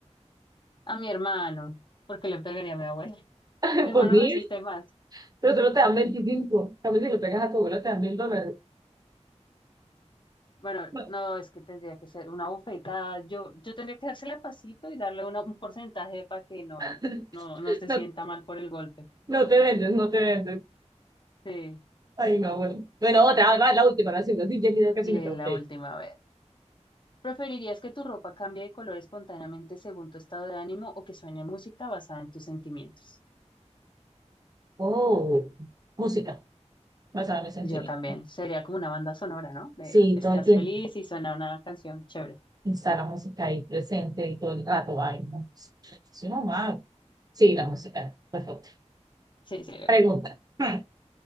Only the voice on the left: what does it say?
A mi hermano, porque le pegaría a mi abuela.
Mi hermano
resiste más.
Bueno,
no, es que tendría que ser una bofetada. Yo, yo tendría que dársela pasito y darle una- un porcentaje para que no,
no, no se
sienta mal por el golpe.
Sí,
lee
la
última
vez. ¿Preferirías que tu ropa cambie de color espontáneamente según tu estado de ánimo o que suene música basada en tus sentimientos?
Yo también. Sería como una banda sonora, ¿no? De
estás
feliz y suena una canción chévere.
Sí, sería
cool.